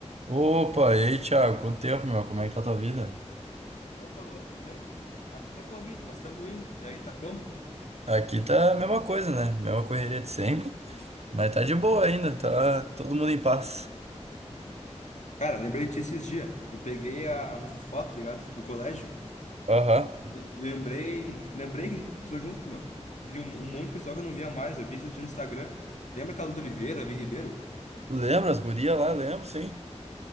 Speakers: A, on the right; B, on the left.
A: Opa, e aí, Thiago? Quanto tempo, meu? Como é que tá a tua vida?
B: Opa, Lua, tudo bem? Aqui tá corrido, mas estamos indo. E aí, tá como?
A: Aqui tá a mesma coisa, né? Mesma correria de sempre, mas tá de boa ainda, tá todo mundo em paz.
B: Cara, lembrei de ti esses dias. Eu peguei a nossa foto, tá ligado? Do colégio.
A: Aham.
B: E lembrei, lembrei que a gente estudou junto, meu. De um, um monte de pessoal que eu não via mais. Eu vi esses dias no Instagram. Lembra aquela Duda Oliveira, a Vi Ribeiro?
A: Lembra as gurias lá? Lembro, sim.